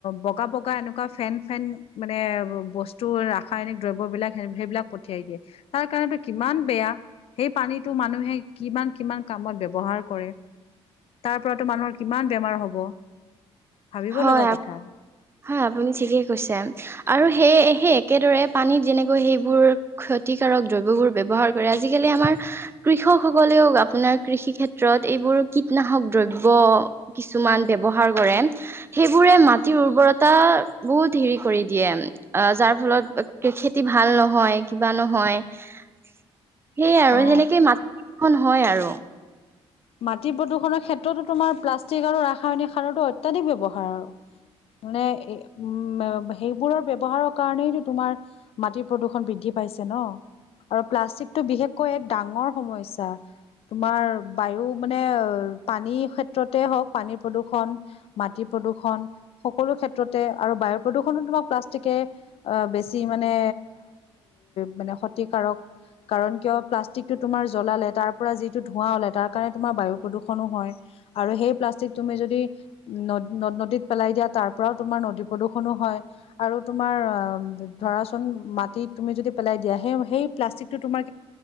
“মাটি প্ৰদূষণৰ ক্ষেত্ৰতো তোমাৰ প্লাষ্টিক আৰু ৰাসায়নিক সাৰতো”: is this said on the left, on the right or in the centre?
Left